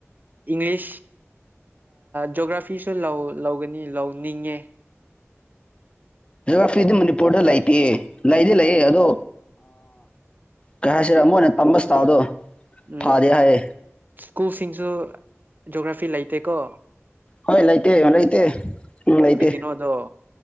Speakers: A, on the right; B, on the left.
A: ꯏꯪꯂꯤꯁ ꯖꯣꯒ꯭ꯔꯥꯐꯤꯁꯨ ꯂꯧꯒꯅꯤ ꯂꯧꯅꯤꯡꯉꯦ
B: ꯖꯑꯣꯒ꯭ꯔꯥꯐꯤꯗꯤ ꯃꯅꯤꯄꯨꯔꯗ ꯂꯩꯇꯦ ꯂꯩꯗꯤ ꯂꯩꯌꯦ ꯑꯗꯣ ꯀꯩ ꯍꯥꯏꯁꯤꯔꯦ ꯑꯃꯨꯛ ꯑꯣꯏꯅ ꯇꯝꯁꯤ ꯇ ꯑꯗꯣ
A: ꯎꯝ
B: ꯐꯥꯗꯦ ꯍꯥꯏ
A: ꯁ꯭ꯀꯨꯜꯁꯤꯡꯁꯨ ꯖꯣꯒ꯭ꯔꯥꯐꯤ ꯂꯩꯇꯦꯀꯣ
B: ꯍꯣꯏ ꯂꯩꯇꯦ ꯂꯩꯇꯦ ꯎꯝ ꯂꯩꯇꯦ
A: ꯀꯔꯤꯒꯤꯅꯣꯗꯣ